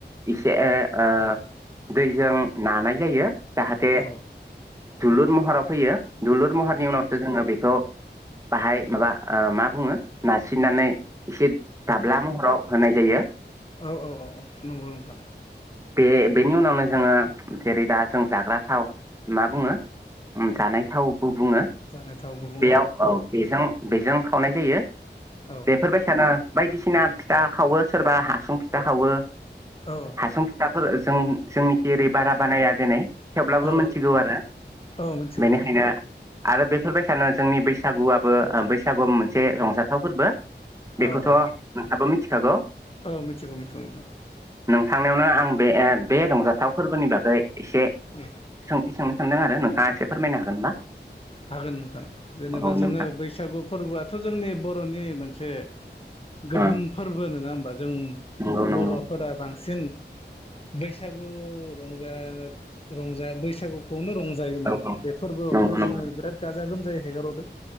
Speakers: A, on the right; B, on the left.
A: एसे ओ ओ दैजों नानाय जायो जाहाथे
B: औ
A: दुलुर महराव फैयो दुलुर महरनि उनावसो जोंङो बेखौ बाहाय माबा ओ मा बुंङो नारसिननानै एसे दाब्ला महराव होनाय जायो।
B: औ औ औ औ नंगौ नोंथां।
A: बे-बेनि उनावनो जोंङो जेरै दा जों जाग्रा थाव मा बुङो ओम जानाय थावबो बुंङो
B: जानो थाव गुबुं
A: बेयाव औ बेजों बेजों खावनाय जायो
B: औ
A: बेफोरबायसानो बायदिसिना फिथा खावो सोरबा हासुं फि था खावो
B: औ
A: हासुं फिथाफोर जों-जोंनिखि ओरै बारा बानाया देनाय। थेवब्लाबो
B: औ
A: मोनथिगौ आरो
B: औ मिथिगौ
A: बेनिखायनो आरो बेफोरबायसानो जोंनि बैसागुआबो ओ बैसागुआव मोनसे रंजाथाव फोरबो। बेखौथ'
B: औ औ
A: नोंथांङाबो मिथिखागौ।
B: औ मिथिगौ मिथिगौ नोंथां।
A: नोंथांनियावनो आं बे ओ बे रंजाथाव फोरबोनि बागै एसे
B: उम।
A: सोंनो सानदों आरो नोंथाङा एसे फोरमायनो हागोन ना?
B: हागोन नोंथां जेनेबा
A: औ नोंथां
B: जोंङो बैसागु फोरबोआथ' जोंनि बर'नि मोनसे गाहाम
A: ओ
B: फोरबो नंङा होमबा जों
A: नंगौ नंगौ
B: बर'फोरा बांसिन बैसागु रंजा रंजा बैसागु खौनो रंजायोमोन
A: औ
B: बे फोरबोआवनो
A: नंगौ नंगौ
B: जोंङो बिराद गाजा गोमजायै हेगारहरो।